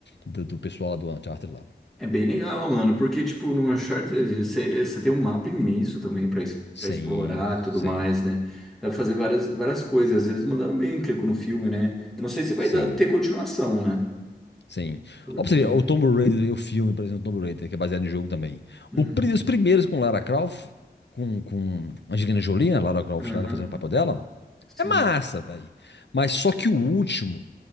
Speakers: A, on the left; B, in the centre.
A: do, do pessoal lá do Uncharted lá.
B: É bem legal, mano, porque, tipo, no Uncharted você você tem um mapa imenso também pra es-
A: Sim,
B: pra explorar e tudo
A: sim,
B: mais, né? Dá pra fazer várias, várias coisas. Eles mandaram bem, clico no filme, né? Eu não sei se vai
A: sim.
B: dar- ter continuação, né?
A: Sim.
B: Porque.
A: Ó, pra você ver, o Tomb Raider, o filme, por exemplo, Tomb Raider, que é baseado no jogo também.
B: Hum.
A: O pri- os primeiros com Lara Croft, com, com Angelina Jolie, né, Lara Croft
B: Aham.
A: lá, ela fazendo o papel dela,
B: Sim.
A: é massa, velho. Mas só que o último,